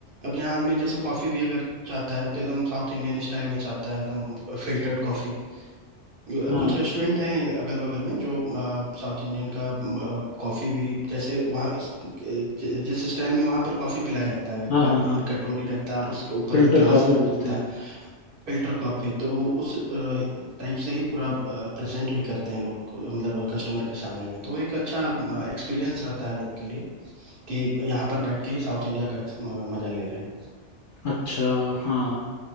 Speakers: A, on the right (about 55°); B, on the left (about 60°).
A: अब यहाँ आदमी जैसे कॉफी भी अगर चाहता है तो एकदम साउथ इंडियन स्टाइल में चाहता है एकदम फिल्टर्ड कॉफी यू-
B: हाँ
A: कुछ रेस्टोरेंट हैं अगल बगल में जो साउथ इंडियन का कॉफ़ी भी जैसे वहाँ ज- जिस स्टाइल में वहाँ पर कॉफ़ी पिलाया जाता है
B: हाँ
A: कप
B: हाँ हाँ
A: कटोरी रहता है और उसके ऊपर
B: फिल्टर
A: ग्लास
B: कॉफ़ी
A: रहता
B: बोलते हैं
A: है फिल्टर कॉफ़ी तो उस टाइप से ही पूरा प्रेजेंट भी करते हैं लोग को, मतलब कस्टमर के सामने में तो वो एक अच्छा एक्सपीरियंस रहता है लोग के लिए कि यहाँ पर बैठ के ही साउथ इंडिया का ex- अ, मजा ले रहे हैं
B: अच्छा हाँ